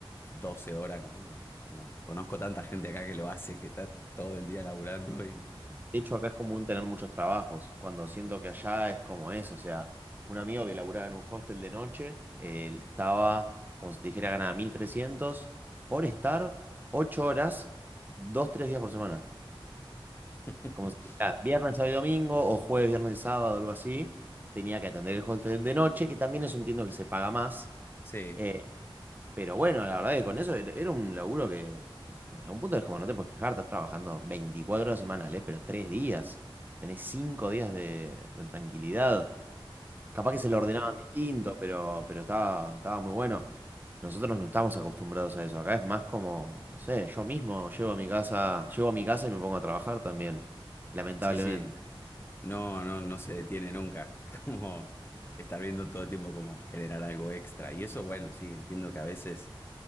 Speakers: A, on the left; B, on the right.
A: 12 horas, como, como conozco tanta gente acá que lo hace, que está todo el día laburando y...
B: De hecho, acá es común tener muchos trabajos, cuando siento que allá es como eso, o sea, un amigo que laburaba en un hostel de noche, él estaba, como si te dijera, ganaba 1.300 por estar 8 horas, 2 3 días por semana.
A: <laughs>
B: Como si te dijera, viernes, sábado y domingo, o jueves, viernes y sábado, algo así, tenía que atender el hostel de noche, que también eso entiendo que se paga más,
A: Sí,
B: eh, pero bueno, la verdad que con eso era era un laburo que a un punto es como no te puedes quejar, estás trabajando 24 horas semanales, pero 3 días. Tenés 5 días de, de tranquilidad. Capaz que se lo ordenaban distinto, pero, pero estaba, estaba muy bueno. Nosotros no estamos acostumbrados a eso. Acá es más como, no sé, yo mismo llego a mi casa, llego a mi casa y me pongo a trabajar también, lamentablemente.
A: sí, sí. No, no, no se detiene nunca. <laughs> Como estar viendo todo el tiempo como generar algo extra. Y eso, bueno, sí, entiendo que a veces,